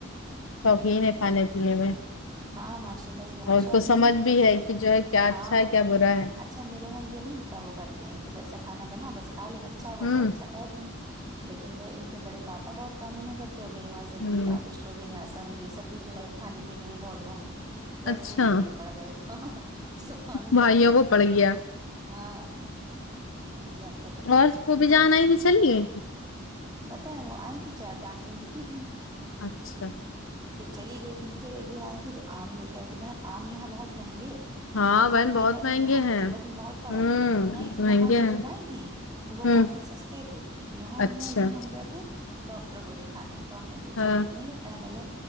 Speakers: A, on the left (about 70°); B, on the right (about 20°).
A: شوقین ہے کھانے
B: لیکن
A: پینے میں
B: ہاں ماشاء اللہ یہ بہت
A: اور اس
B: شوقین
A: کو سمجھ بھی ہے کہ جو ہے کیا
B: ہاں
A: اچھا ہے کیا برا ہے
B: اچھا میرے وہاں یہ نہیں اتتا وہ کرتے ہیں کہ جیسا کھانا بنا بس کھا لیں گے اچھا ہوا
A: ہوں
B: تو اچھا کہ دیں گے لیکن جو ان کے بڑے پاپا بہت قانونی کرتے ہو میرے وہا زکی
A: ہوں
B: تابش یہ ایسا نہیں ہے یہ سب بھی جو ہے کھانے پینے میں بہت وہ ہیں ویسے
A: اچھا
B: ہی یہ بھی پڑ گئے سب قانون
A: بھائیوں
B: باز ہیں
A: کو پڑ گیا
B: ہاں تو ہی جب
A: اور اس کو بھی جانا ہی نہیں چلیے
B: بتائیں وہ آئی تھیں چار پانچ دن رکی تھیں
A: اچھا
B: پھر چلی گئی تھیں پھر ایک دن آئی تھیں تو آم لے کے آئی تھی بہن آم یہاں بہت مہنگے
A: ہاں
B: وہاں
A: بہن
B: کی قیمت
A: بہت مہنگے
B: میں یہاں کی
A: ہیں
B: قیمت میں بہت فرق
A: ہوں
B: نہیں تو
A: مہنگے
B: وہاں سے
A: ہیں
B: جو لائی تھی تو وہ
A: ہوں
B: کافی سستے تھے یہاں ہم
A: اچھا
B: نے اس دن ہم گئے تھے ڈاکٹر کو دکھانے تو ہم نے پوچھا
A: ہاں
B: کتنے کا کہنےگئے